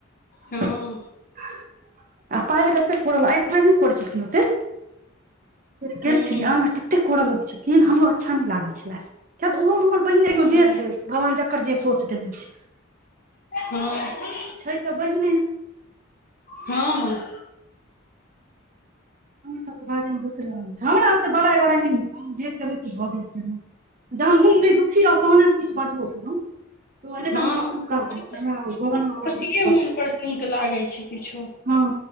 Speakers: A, on the left; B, on the right.
A: हँ
B: आ पायल कते कोड़ल अभिप्र को च कि मते केल
A: हूँ
B: छल आमे सते कोल <unintelligible> किछो किन हमरो अच्छा नहि लागै छले किय तऽ ओहो हमर बहिन एगो
A: हँ
B: जे छै भगवान ज ओकर जे सोच दे ने छै
A: हँ
B: छै तऽ बहिने
A: हँ हँ
B: सबके ब मे दसर हम बड़ाइ <unintelligible> भऽ गेल की जहन मोन नहि दुखी रहल तहने हम किछु बजबो केलौ त ओ त
A: हँ
B: हम हसका
A: ओहि
B: द
A: खुश
B: घो
A: खुशिये मोन पर नीक लागै छै किछो
B: <unintelligible> हँ